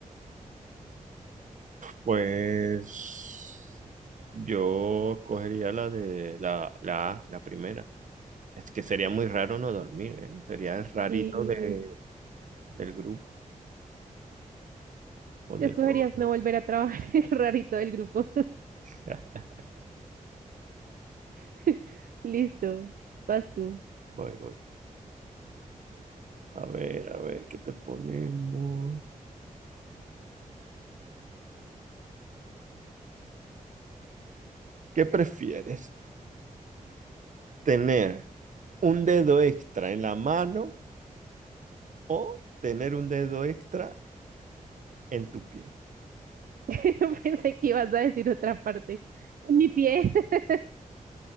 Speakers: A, on the right; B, on the right.
A: Pues yo cogería la de la, la A, la primera. Es que sería muy raro no dormir, ¿eh? Sería el rarito
B: Y
A: de, del grupo o
B: escogerías
A: de todo.
B: no volver a trabajar, <laughs> el rarito del grupo.
A: <laughs>
B: <laughs> Listo, vas tú.
A: Voy, voy. A ver, a ver, ¿qué te ponemos? ¿Qué prefieres? ¿Tener un dedo extra en la mano? o tener un dedo extra en tu pie.
B: <laughs> Pensé que ibas a decir otra parte. En mi pie. <laughs>